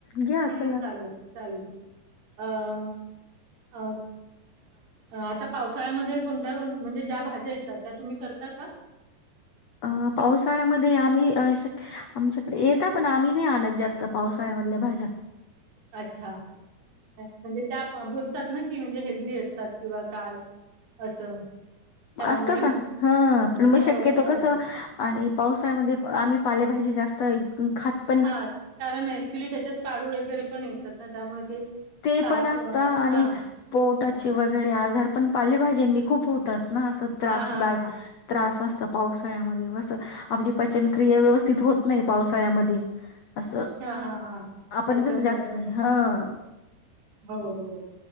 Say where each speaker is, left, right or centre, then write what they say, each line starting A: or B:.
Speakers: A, on the left (about 85°); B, on the right (about 65°).
A: घ्या चला
B: हम्मं चालेलं चालेलं अ अ आता पावसाळ्यांमंध्ये कोणत्यां म्हणजे ज्यां भाज्यां येतात त्यां तुम्हीं करतां कां
A: अ पावसाळ्यांमंध्ये आम्हीं आमच्याकडे येतां पणं आम्हीं नाहीं आणतं जास्तं पावसाळ्यांमधल्यां भाज्यां
B: अच्छा म्हणजे त्यां बोलतांत नां की म्हणजे हेल्दी असतांत किंवा कायं असं त्यामुळे
A: असतंच हां पणं मंग
B: हो,
A: शक्यंतो
B: त्या
A: कसं आणि पावसाळ्यांमंध्ये आम्हीं पालेभाजी जास्तं खातं नाहीं
B: हां कारणं ऍक्च्युली त्यांच्यात कांळू वगैरें पणं येतांत नां त्यामुळें ते
A: ते
B: साफ
A: पणं
B: अ,
A: असतं आणि
B: हां,
A: पोटाचे वगैरें आजांर पणं पालेभाज्यांनी खूंप होतांत नां असं त्रासदांय
B: हां, हां, हां.
A: त्रास असतं पावसाळ्यांमंध्ये कसं आपली पचनक्रिया व्यवस्थितं होतं नाहीं पावसाळ्यांमंध्ये असं
B: हां, हां, हां.
A: आपणं
B: त्याच्यामुळे
A: कसं जास्तं
B: पण.
A: हं
B: हो हो